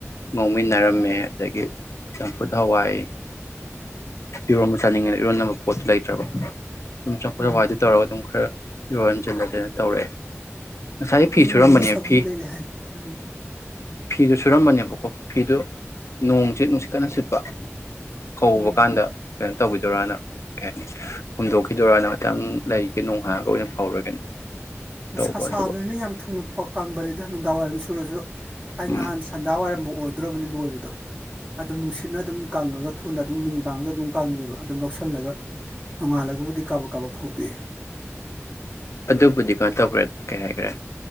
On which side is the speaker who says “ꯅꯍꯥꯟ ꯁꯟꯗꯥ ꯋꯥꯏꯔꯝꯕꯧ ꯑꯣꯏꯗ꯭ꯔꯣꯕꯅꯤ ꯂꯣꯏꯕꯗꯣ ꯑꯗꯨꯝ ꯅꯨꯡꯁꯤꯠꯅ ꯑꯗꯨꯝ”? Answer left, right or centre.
Right